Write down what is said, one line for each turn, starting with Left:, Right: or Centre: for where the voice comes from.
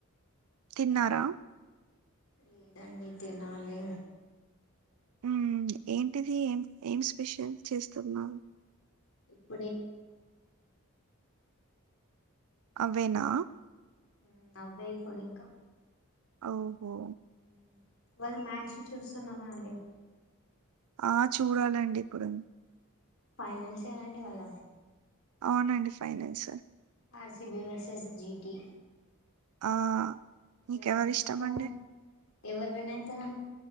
Right: తిన్నారా.
Left: లేదండి తినాలే.
Right: ఉమ్ ఏంటిది ఏం ఏం స్పెషల్ చేస్తున్నారు.
Left: ఇప్.
Right: అవేనా.
Left: ఉమ్ అవే ఇప్పుడు ఇంకా.
Right: ఓహో.
Left: ఉమ్ ఇవాళ మ్యాచ్ చూస్తున్నారా అండి.
Right: ఆహ్ చూడాలండి ఇప్పుడు.
Left: ఫైనల్సేన అండి ఇవాళ.
Right: అవునండి ఫైనాల్స్.
Left: RCB versus GT.
Right: ఆహ్ నీకెవరి
Left: ఎవరు విన్
Right: ఇష్టమండి.
Left: అయితారని ఎవరు విన్ అయితారు అను.